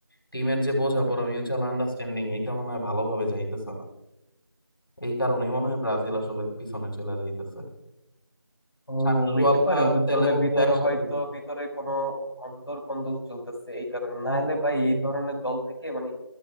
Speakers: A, on the left; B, on the left.
A: টিমের যে বোঝাপড়া মিউচুয়াল আন্ডারস্ট্যান্ডিং এটা মনে হয় ভালোভাবে যাইতেছে না এই কারণেই মনে হয় ব্রাজিল আসলে পিছনে চলে যাইতেছে
B: ও
A: সামনের
B: হইতে
A: ওয়ার্ল্ড
B: পারে
A: কাপ
B: ওদের
A: তেলে
B: দলের
A: বন্ধু
B: ভিতরে
A: একসাথে
B: হয়তো ভিতরে কোনো অন্দর কন্দল চলতেছে এই কারণে না হলে ভাই এই ধরনের দল থেকে মানে